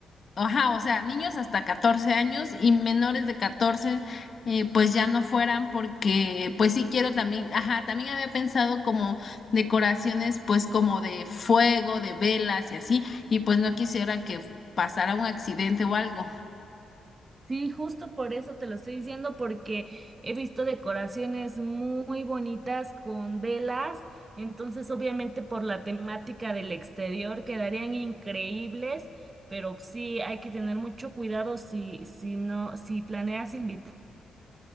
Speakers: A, on the left; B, on the right.
A: ajá, o sea, niños hasta 14 años y menores de 14, eh, pues ya no fueran porque, pues sí quiero también, ajá, también había pensado como decoraciones, pues como de fuego, de velas y así, y pues no quisiera que pasara un accidente o algo.
B: Sí, justo por eso te lo estoy diciendo, porque he visto decoraciones muy bonitas con velas, entonces obviamente por la temática del exterior quedarían increíbles, pero sí hay que tener mucho cuidado si, si no, si planeas invitar